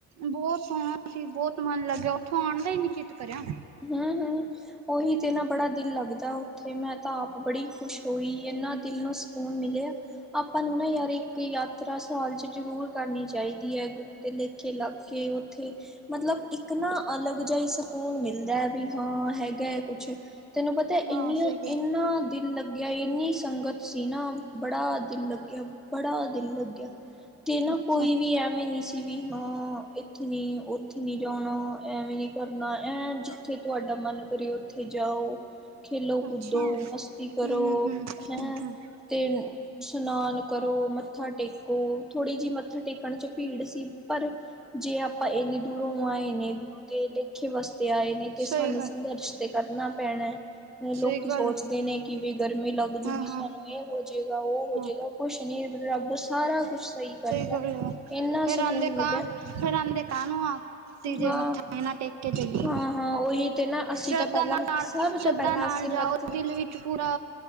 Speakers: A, on the right (about 60°); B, in the centre.
A: ਬਹੁਤ ਸੋਹਣਾ ਸੀ ਬਹੁਤ ਮਨ ਲੱਗਿਆ ਉੱਥੋਂ ਆਉਣ ਦਾ ਹੀ ਨੀ ਚਿੱਤ ਕਰਿਆ
B: ਹਾਂ ਹਾਂ ਉਓਹੀ ਤੇ ਨਾ ਬੜਾ ਦਿਲ ਲੱਗਦਾ ਉੱਥੇ ਮੈਂ ਤਾਂ ਆਪ ਬੜੀ ਖੁਸ਼ ਹੋਈ ਇਹਨਾ ਦਿਲ ਨੂੰ ਸਕੂਨ ਮਿਲਿਆ ਆਪਾਂ ਨੂੰ ਨਾ ਯਾਰ ਇੱਕ ਯਾਤਰਾ ਸਾਲ ਚ ਜ਼ਰੂਰ ਕਰਨੀ ਚਾਹੀਦੀ ਹੈ ਗੁਰੂ ਦੇ ਲਿਖ ਲੇਖੇ ਲੱਗ ਕੇ ਉੱਥੇ ਮਤਲਬ ਇੱਕ ਨਾ ਅਲੱਗ ਜਿਹੀ ਸਕੂਨ ਮਿਲ ਮਿਲਦਾ ਵੀ ਹਾਂ ਹੈਗਾ ਕੁੱਛ ਤੈਨੂੰ ਪਤਾ ਇੰਨੀਆਂ
A: ਹਾਂ ਸਹੀ ਗੱਲ
B: ਇੰਨਾ ਦਿਲ ਲੱਗਿਆ ਇੰਨੀ ਸੰਗਤ ਸੀ ਨਾ, ਬੜਾ ਦਿਲ ਲੱਗਿਆ। ਬੜਾ ਦਿਲ ਲੱਗਿਆ। ਤੇ ਨਾ
A: ਅੱਛਾ,
B: ਕੋਈ ਵੀ ਐਵੇਂ ਨੀ, ਸੀ ਵੀ ਹਾਂ, ਇੱਥੇ ਨੀ, ਉੱਥੇ ਨੀ ਜਾਣਾ, ਐਵੇਂ ਨੀ ਕਰਨਾ, ਐਂ ਜਿੱਥੇ ਤੁਹਾਡਾ ਮਨ ਕਰੇ, ਉੱਥੇ ਜਾਓ। ਖੇਲੋ-ਕੁੱਦੋ,
A: ਅੱਛਾ।
B: ਮਸਤੀ ਕਰੋ,
A: ਹੂੰ, ਹੂੰ,
B: ਹੈਂ।
A: ਹੂੰ, ਹੂੰ
B: ਤੇ ਸਨਾਨ ਕਰੋ, ਮੱਥਾ ਟੇਕੋ। ਥੋੜ੍ਹੀ ਜਿਹੀ ਮੱਥਾ ਟੇਕਣ'ਚ ਭੀੜ ਸੀ, ਪਰ ਜੇ ਆਪਾਂ ਇੰਨੇ ਦੂਰੋਂ ਆਏ ਨੇ, ਗੁਰੂ ਦੇ ਲੇਖੇ ਵਾਸਤੇ ਆਏ। ਨਹੀ ਤੇ
A: ਸਹੀ
B: ਸਾਨੂੰ
A: ਗੱਲ
B: ਸੰਘਰਸ਼ ਤੇ ਕਰਨਾ ਪੈਣਾ। ਲੋਕੀ
A: ਸਹੀ ਗੱਲ
B: ਸੋਚਦੇ ਨੇ ਕਿ ਵੀ ਗਰਮੀ ਲੱਗ
A: ਹਾਂ-ਹਾਂ।
B: ਜੂਗੀ, ਸਾਨੂੰ ਇਹ ਹੋ ਜੇ ਹੋਜੇਗਾ, ਉਹ ਹੋਜੇਗਾ,
A: ਹਾਂ ਹਾਂ
B: ਕੁਛ ਨੀ ਰੱਬ ਸਾਰਾ ਕੁਛ ਸਹੀ ਕਰਦਾ।
A: ਗੱਲ ਆ
B: ਇੰਹਨਾ
A: ਫੇਰ
B: ਸਕੁਨ
A: ਆਂਦੇ
B: ਮਿਲਿਆ।
A: ਕਾਂ ਫੇਰ ਆਂਦੇ ਕਾਹਨੂੰ ਆਂ, ਤੇ, ਜੇ
B: ਹਾਂ
A: ਮੱਥਾ ਵੀ ਨਾ ਟੇਕ ਜਾਈਏ,
B: ਹਾਂ ਹਾਂ ਉਹੀ ਤੇ ਨਾ ਅਸੀਂ
A: ਸ਼੍ਰੱਧਾ
B: ਤਾਂ ਪਹਿਲਾਂ
A: ਨਾਲ,
B: ਸਭ
A: ਸ਼੍ਰੱਧਾ
B: ਤੋਂ ਪਹਿਲਾਂ
A: ਨਾਲ
B: ਅਸੀਂ
A: ਜਾਓ,
B: ਮੱਥੇ
A: ਦਿਲ ਵਿੱਚ ਪੂਰਾ